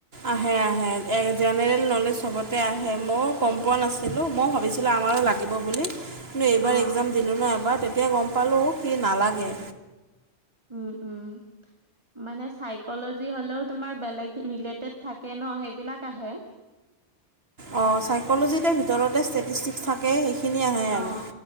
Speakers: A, on the right; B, on the right.
A: আহে আহে। জেনেৰেল নলেজ চবতে আহে মও গম পোৱা নাছিলোঁ। মও ভাবিছিলোঁ আমাৰো লাগে। লাগিব বুলি কিন্তু এইবাৰ
B: অ
A: এক্সাম দিলোঁ ন' এবাৰ, তেতিয়া গম পালোঁ সি নালাগে।
B: উম', উম' মানে চাইকলজি হ'লেও তোমাৰ বেলেগ ৰিলেটেড থাকে ন', সেইবিলাক আহে।
A: অঁ', চাইক'লজিতে ভিতৰতে ষ্টেটিষ্টিক থাকে সেইখিনি আহে আৰু
B: অ